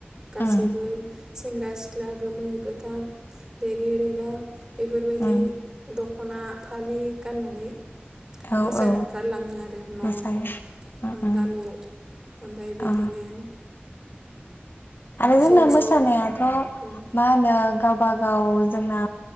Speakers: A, on the right; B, on the left.
A: गासैबो
B: उम
A: सेंग्रा सिख्ला गोमो गोथां रेगे रेगा बेफोरबायदि
B: उम
A: दख दख'ना फालि गाननानै
B: औ
A: मोसानो
B: औ
A: ओंखारलाङो आरो न'
B: मोसायो
A: न'
B: उम उम
A: गामियाव ओमफ्राय बिदिनो
B: अ आरो जोंना
A: ज'
B: मोसानायाथ'
A: ज' ओं
B: मा होनो गावबा गाव जोंना